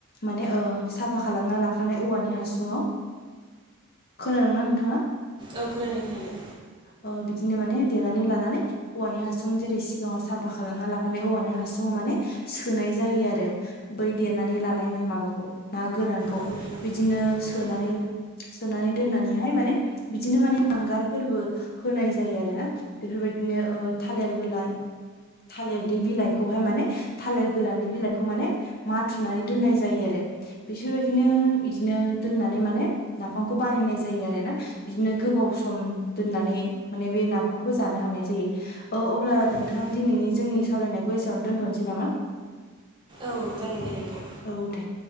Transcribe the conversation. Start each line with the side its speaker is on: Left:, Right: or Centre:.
Left: माने ओ साफा खालामना लाखानाय औवानि हासुङाव, खोनादों ना नोंथाङा?
Right: औ खोनादों खोनादों।
Left: अ बिदिनो माने देनानै लानानै, औवानि हासुं जेरै सिगाङाव साफा खालामना लाखानाय औवानि हासुङाव माने सोनाय जायो आरो बै देनानै लानाय माबाखौ ना गोरानखौ
Right: औ नोंथां
Left: बिदिनो सोनानै,
Right: औ
Left: सोनानै दोननानैहाय माने बिदिनो माने हांगार फोरबो, होनाय जायो आरो ना बेफोरबायदिनो ओ थालिर गोलान। थालिरनि बिलाइखौहाय माने थालिर गोराननि बिलाइखौ माने, माथुनानै दोननाय जायो आरो बिसोरबायदिनो इदिनो दोननानै माने, नाफामखौ बानायनाय जायो आरो ना। बिदिनो गोबाव सम दोननानै माने बे नाफामखौ जानो हानाय जायो। अ अब्ला नोंथां
Right: उम,
Left: दिनैनि जोंनि सावरायनायखौ एसेयावनो दोनथ'नोसै नामा?
Right: औ जागोन दे नोंथां।
Left: औ दे।